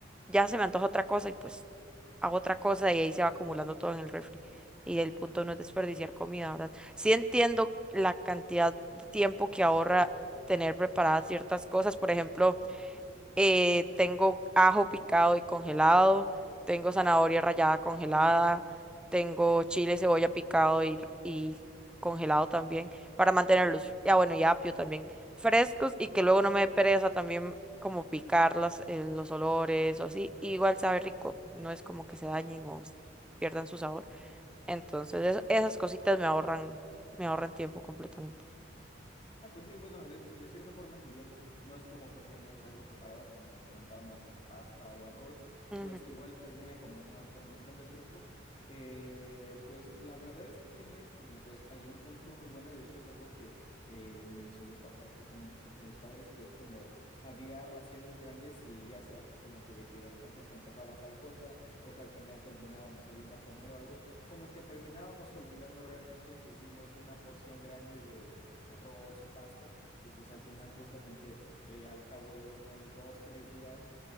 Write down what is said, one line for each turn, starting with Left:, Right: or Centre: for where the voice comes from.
Centre: ya se me antoja otra cosa y pues hago otra cosa y ahí se va acumulando todo en el refri. Y el punto no es desperdiciar comida, ¿verdad? Sí entiendo la cantidad de tiempo que ahorra tener preparadas ciertas cosas, por ejemplo eh, tengo ajo picado y congelado, tengo zanahoria rallada congelada, tengo chile y cebolla picado y, y congelado también para mantenerlos, ya bueno, y apio también, frescos y que luego no me dé pereza también como picar las, eh, los olores o así, y igual sabe rico, no es como que se dañen o s- pierdan su sabor. Entonces, eso- esas cositas me ahorran, me ahorran tiempo completamente.
Left: Ah, pues sí, bueno, de, de cierta forma, si bien no es como que tengas ya algo preparado, como comentábamos, ya sea pasta o arroz,
Centre: Ujú,
Left: pues igual termina econo- ah, economizando el tiempo. Eh, pues la verdad es que tienes como pues hay un punto muy bueno y de hecho es algo que eh, me solía pasar justamente en casa de mis padres, que es como había raciones grandes y ya sea justamente de que de repente se antojaba tal cosa o que al final terminábamos saliendo a comer o algo, como que terminábamos <laughs> olvidando realmente que hicimos una porción grande de arroz o pasta, y pues al final justamente eh, al cabo de unos dos, tres días,